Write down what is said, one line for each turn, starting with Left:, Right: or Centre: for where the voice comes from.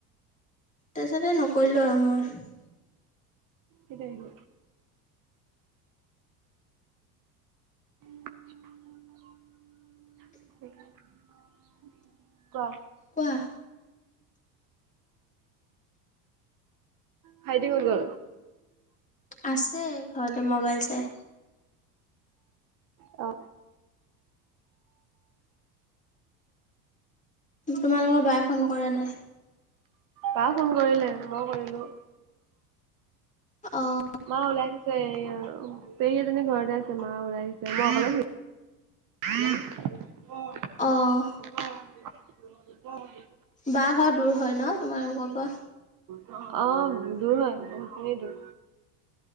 Left: তাছতে নকৰিলো আৰু মই
Right: এ, আহিল। <inaudible> কোৱা
Left: কোৱা
Right: <inaudible> ভাইটি গলো
Left: আছে ঘৰতে ম'বাইল চাই
Right: অ,
Left: তোমালোকৰ বাই ফোন কৰা নাই?
Right: বা ফোন কৰিলে ব কৰিলো।
Left: অ,
Right: মা ওলাই গৈছে পেহী এজনী ঘৰতে আছে, মা ওলাই আহিছে। <inaudible>
Left: অঁ
Right: <inaudible> অ,
Left: বাহ ঘৰ দূৰ হয় ন তোমালোকৰ পৰা
Right: ফু অ, দূৰ হয় বহুতখিনি দূৰ